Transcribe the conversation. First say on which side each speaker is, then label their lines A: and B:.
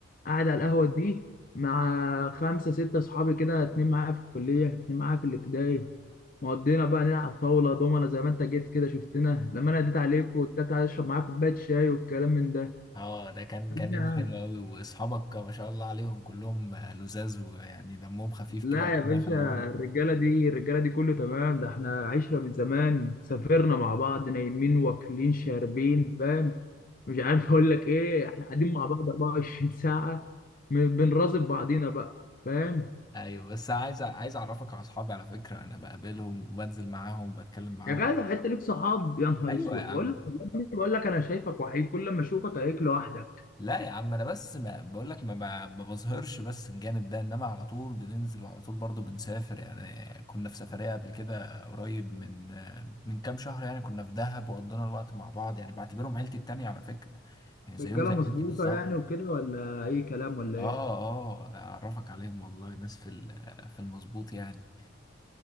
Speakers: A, on the left; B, on the left.
A: قاعد على القهوه دي مع خمسه سته صحابي كده اتنين معايا في الكليه اتنين معايا في الابتدائي مقضينا بقى نلعب طاوله دومنا زي ما انت جيت كده شفتنا لما انا اديت عليك وقلت لك تعالى اشرب معاك كوبايه شاي والكلام من
B: اه ده كان كان
A: ده
B: يوم حلو قوي واصحابك ما شاء الله عليهم كلهم آه، لذاذ ويعني دمهم خفيف
A: لا
B: كده ربنا
A: يا باشا
B: يخليهم
A: الرجالة دي الرجالة دي كله تمام ده احنا عشرة من زمان سافرنا مع بعض نايمين واكلين شاربين فاهم مش عارف اقول لك ايه احنا قاعدين مع بعض 24 ساعة م- بنراقب بعضينا بقى فاهم
B: ايوه بس عايز عايز اعرفك على اصحابي على فكرة انا بقابلهم وبنزل معاهم وبتكلم معاهم
A: يا جدع انت ليك صحاب يا نهار
B: ايوه
A: اسود
B: يا عم
A: بقول لك والله بقول لك انا شايفك وحيد كل ما اشوفك عليك لوحدك
B: لا يا عم انا بس ما بقول لك ما, ما ما بظهرش بس الجانب ده انما على طول بننزل وعلى طول برضو بنسافر يعني كنا في سفرية قبل كده قريب من من كام شهر يعني كنا في دهب وقضينا الوقت مع بعض يعني بعتبرهم عيلتي التانية على فكرة يعني زيهم
A: رجالة
B: زي
A: مظبوطة
B: عيلتي بالظبط
A: يعني وكده ولا اي كلام ولا
B: اه
A: ايه
B: اه اعرفك عليهم والله ناس في ال- في المظبوط يعني